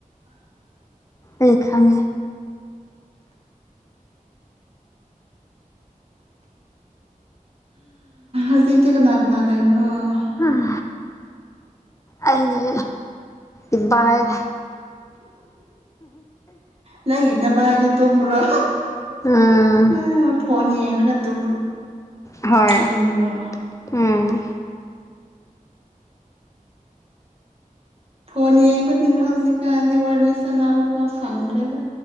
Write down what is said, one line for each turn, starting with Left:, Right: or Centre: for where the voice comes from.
Left: ꯑꯩ ꯈꯪꯉꯦ
Right: ꯍꯧꯖꯤꯏꯇꯤ ꯀꯅꯥꯥ ꯀꯅꯥ ꯂꯩꯕ꯭ꯔꯣ
Left: ꯎꯝ ꯑꯩꯗꯤ ꯏꯕꯥ ꯍꯩ
Right: ꯅꯪꯒꯤ ꯅꯕꯥꯏꯗꯣ ꯇꯣꯝꯕ꯭ꯔꯣ
Left: ꯎꯝ
Right: ꯎ ꯐꯣꯟ ꯌꯦꯡꯔꯒ ꯇꯨꯝꯕ
Left: ꯍꯣꯏ
Right: ꯇꯨꯝꯕꯔꯣ ꯑ
Left: ꯎꯝ
Right: ꯐꯣꯟ ꯌꯦꯡꯕꯅꯤ ꯍꯧꯖꯤꯛꯀꯥꯟꯗꯤ ꯋꯥꯔꯤ ꯁꯥꯟꯅꯕ ꯐꯥꯎ ꯐꯪꯗ꯭ꯔꯦꯗ